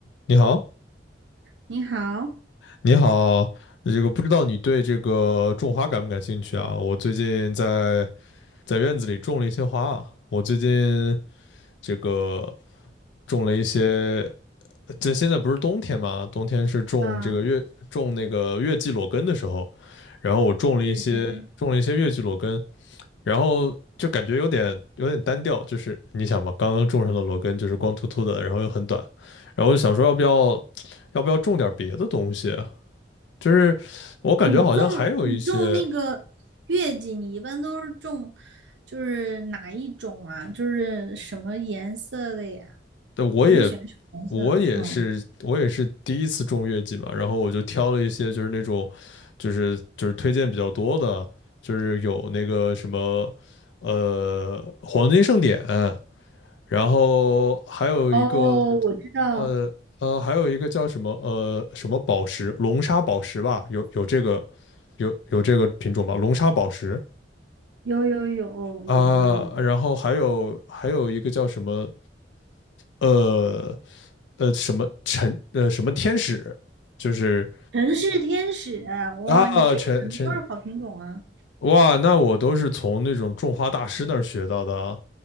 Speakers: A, on the left (about 75°); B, on the right (about 75°).
A: 你好，
B: 你好，
A: 你好，这个不知道你对这个种花感不感兴趣啊？我最近在在院子里种了一些花啊，我最近这个种了一些，这现在不是冬天嘛，冬天是种这个月种那个月季裸根的时候，
B: 啊，
A: 然后我种了一些种了一些月季裸根，
B: 对对对，
A: 然后就感觉有点有点单调，就是你想嘛，刚刚种上的裸根就是光秃秃的，然后又很短，然后我就想说要不要要不要种点别的东西？就是我感觉好像还有一些，
B: 你种你种那个月季，你一般都是种就是哪一种啊？就是什么颜色的呀？
A: 对，我也
B: 你会喜欢什么颜色的？
A: 我也是我也是第一次种月季嘛，
B: 嗯，
A: 然后我就挑了一些就是那种就是就是推荐比较多的，就是有那个什么呃黄金盛典，然后还有一个
B: 哦，我知道，
A: 呃呃还有一个叫什么呃什么宝石龙沙宝石吧，有有这个有有这个品种吧，龙沙宝石
B: 有有有有的有，
A: 啊，然后还有还有一个叫什么。呃呃什么陈呃什么天使，就是
B: 城市天使，哇，
A: 啊陈陈
B: 你这选的都是好品种啊！
A: 哇，那我都是从那种种花大师那儿学到的啊，
B: <laughs>